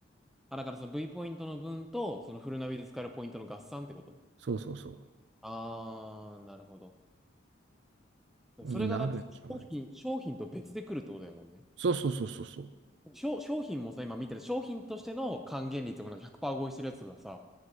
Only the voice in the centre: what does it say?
あ、だからその V ポイントの分と、そのフルナビで使えるポイントの合算ってこと
ああー、なるほど。
それがだって商品、
商品と別で来るってことだもんね。
商、商品もさ、今見てる商品としての還元率とかなんか100%合意してるやつがさ、